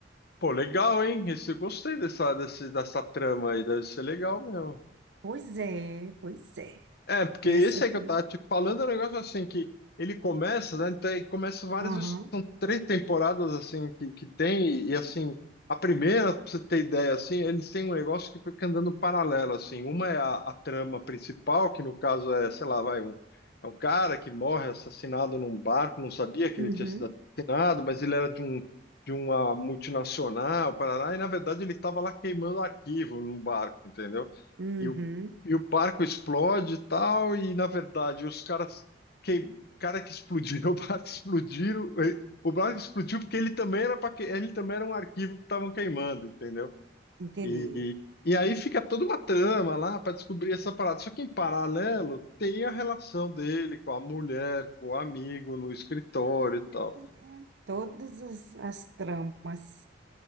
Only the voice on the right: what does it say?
Pois é, pois é.
E
essa atriz.
Aham,
uhum,
uhum,
entendi.
É,
Todas as, as tramas.